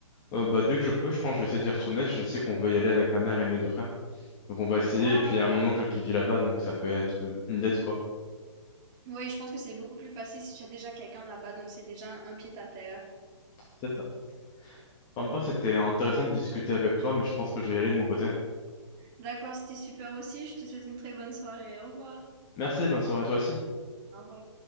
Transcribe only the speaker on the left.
Euh, bah, dès que je peux, je pense que je vais essayer d'y retourner. Je sais qu'on veut y aller avec ma mère et mes deux frères. Donc, on va essayer.
Et puis, il y a mon oncle qui vit là-bas, donc ça peut être euh, une dette, quoi.
C'est ça. Enfin
bref, c'était intéressant de discuter avec toi, mais je pense que je vais y aller de mon côté.
Merci, bonne soirée à toi aussi.